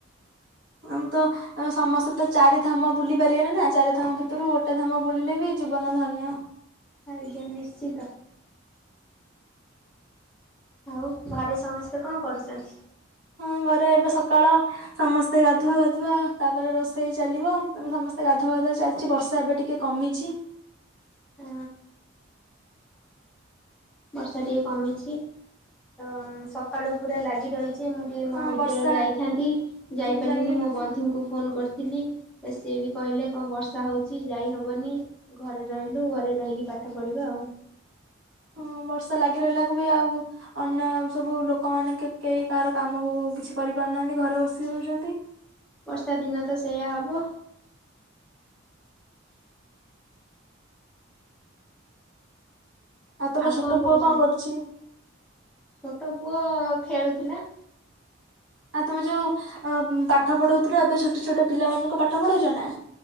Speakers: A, on the right (about 70°); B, in the centre.
A: ଆମ ତ ଆମେ ସମସ୍ତେ ତ ଚାରି ଧାମ ବୁଲି ପାରିବାନି ନା ଚାରି ଧାମ ଭିତରୁ ଗୋଟେ ଧାମ ବୁଲିଲେ ବି ଜୀବନ ଧନ୍ୟ।
B: ଆଜ୍ଞା ନିଶ୍ଚିତ। ଆଉ ଘରେ ସମସ୍ତେ କଣ କରୁଛନ୍ତି?
A: ହଁ ଘରେ ଏବେ ସକାଳ ସମସ୍ତେ ଗାଧୁଆ ବାଧୁଆ ତାପରେ ରୋଷେଇ ଚାଲିବ ଏବେ ସମସ୍ତେ ଗାଧୁଆ ବାଧୁଆ ଚାଲିଛି ବର୍ଷା ଏବେ ଟିକେ କମିଛି
B: ଆ ବର୍ଷା ଟିକେ କମିଛି ତ ସକାଳୁ ପୁରା ଲାଗି ରହି ଯେ ମୁଁ ଟିକଏ ମହାବିଦ୍ୟାଳୟ
A: ହଁ ବର୍ଷା
B: ଯାଇଥାନ୍ତି ଯାଇପାରିଲିନି
A: ଯାଇ ହେଲାନି
B: ମୋ ବନ୍ଧୁଙ୍କୁ ଫୋନ୍ କରିଥିଲି। ତ ସିଏ ବି କହିଲେ କଣ ବର୍ଷା ହଉଛି ଯାଇ ହବନି। ଘରେ ରହିଲୁ ଘରେ ରହିକି ପାଠ ପଢ଼ିବା ଆଉ।
A: ହଁ ବର୍ଷା ଲାଗି ରହିଲାକୁ ବି ଆଉ ଅନ୍ୟ ସବୁ ଲୋକମାନେ କେହି କାହାର କାମ କିଛି କରିପାରୁନାହାନ୍ତି ଘରେ ବସିକି ରହୁଛନ୍ତି।
B: ବର୍ଷା ଦିନ ତ ସେଇୟା ହବ।
A: ତମ
B: ଆଉ
A: ଛୋଟ
B: କଣ କହୁଛନ୍ତି
A: ପୁଅ କରୁଛି
B: ଛୋଟ ପୁଅ ଖେଳୁଥିଲା।
A: ଆଉ ତମେ ଯୋଉ ଅ ପାଠ ପଢଉଥିଲ ଏବେ ଛୋଟ ଛୋଟ ପିଲାମାନ ଙ୍କ ପାଠ ପଢଉଛ ନା?